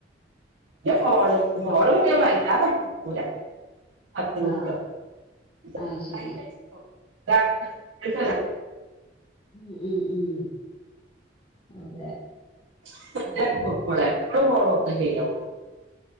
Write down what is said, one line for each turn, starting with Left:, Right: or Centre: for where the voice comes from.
Right: ക്ക ഫോണ്. ഫോൺ പിന്നെ വല്ലാതെ ആണ്ട് ഇട്കൂല. അത്തിമുറ്റം
Left: ആഹ്
Right: <unintelligible>
Left: അത് ശരി
Right: അഹ് കാര്യം
Left: ഉം ഉം ഉം, അതെ.
Right: <unintelligible>